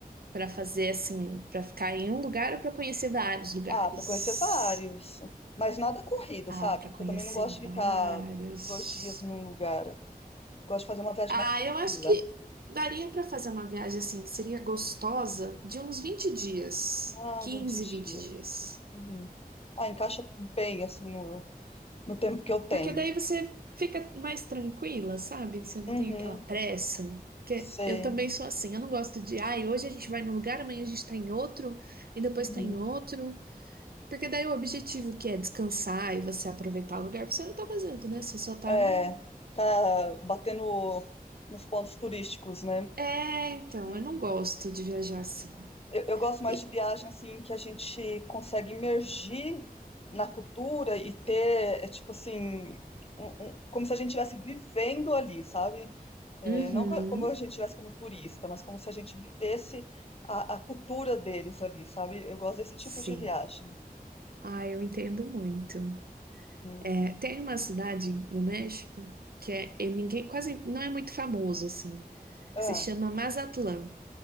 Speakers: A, on the right (about 75°); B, on the left (about 40°).
A: para fazer assim, para ficar em um lugar ou para conhecer vários lugares?
B: Ah, pra conhecer vários. Mas nada corrido,
A: Ah,
B: sabe?
A: para
B: Porque
A: conhecer
B: eu também não gosto de
A: vários.
B: ficar dois dias num lugar. Eu gosto de fazer uma viagem
A: Ah,
B: mais tranquila.
A: eu acho que daria para fazer uma viagem assim que seria gostosa de uns vinte dias,
B: Ah,
A: 15
B: 20 dias.
A: 20 dias.
B: Uhum. Ah, encaixa bem, assim, no, no tempo que eu tenho.
A: Porque daí você fica mais tranquila, sabe? Você não
B: Uhum,
A: tem aquela pressa. Porque
B: sei.
A: eu também sou assim, eu não gosto de, ai, hoje a gente vai num lugar, amanhã a gente tá em outro, e depois
B: Uhum.
A: tá em outro. Porque daí o objetivo que é descansar e você aproveitar o lugar, você não tá fazendo, né? Você só tá
B: É,
A: na.
B: tá batendo nos pontos turísticos, né?
A: É, então,
B: Uhum.
A: eu não gosto de viajar assim.
B: Eu, eu gosto mais
A: E-
B: de viagem assim que a gente consegue imergir na cultura e ter, é, tipo assim, um- um- como se a gente estivesse vivendo ali, sabe? É,
A: Uhum,
B: não co- como a gente estivesse como turista, mas como se a gente vivesse a, a cultura deles ali, sabe? Eu gosto desse tipo
A: sim.
B: de viagem.
A: Ah, eu entendo muito.
B: Hum.
A: É, tem uma cidade no México que é, e ninguém quase não é muito famoso assim.
B: Ah,
A: que se chama Mazatlán.